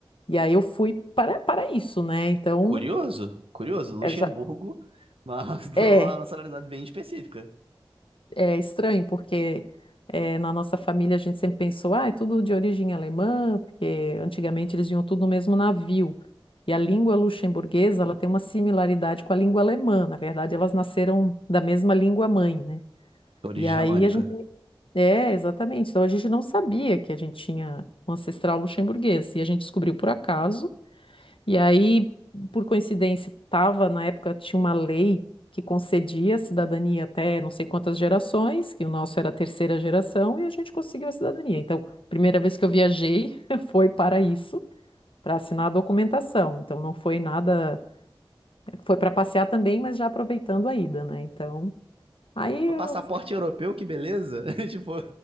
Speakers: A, on the left (about 70°); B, on the right (about 85°).
A: E aí eu fui para, para isso, né? Então,
B: Curioso? Curioso? Luxemburgo,
A: é, já,
B: mas <laughs>
A: é,
B: lá na nacionalidade bem específica.
A: é estranho, porque eh, na nossa família a gente sempre pensou, ah, é tudo de origem alemã, porque antigamente eles vinham tudo no mesmo navio. E a língua luxemburguesa, ela tem uma similaridade com a língua alemã. Na verdade, elas nasceram da mesma língua mãe, né?
B: Origem
A: E aí
B: germânica.
A: a gente... É, exatamente. Então a gente não sabia que a gente tinha um ancestral luxemburguês. E a gente descobriu por acaso. E aí, por coincidência, tava na época tinha uma lei que concedia cidadania até não sei quantas gerações, que o nosso era a terceira geração, e a gente conseguiu a cidadania. Então, primeira vez que eu viajei <laughs> foi para isso, para assinar a documentação. Então, não foi nada, foi para passear também, mas já aproveitando a ida, né? Então, aí
B: Ó,
A: eu-
B: Passaporte europeu, que beleza! <laughs> Tipo,